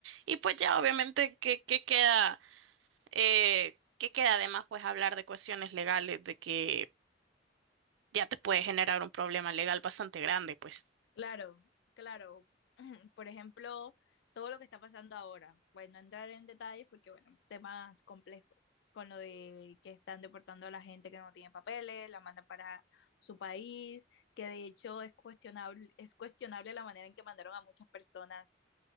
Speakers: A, on the right (about 80°); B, on the left (about 65°).
A: Y pues ya obviamente que, que queda eh, que queda además pues hablar de cuestiones legales, de que ya te puede generar un problema legal bastante grande, pues.
B: Claro, claro. <clears throat> Por ejemplo, todo lo que está pasando ahora. Bueno, no entrar en detalles porque, bueno, temas complejos con lo de que están deportando a la gente que no tiene papeles, la mandan para su país, que de hecho es cuestionable, es cuestionable la manera en que mandaron a muchas personas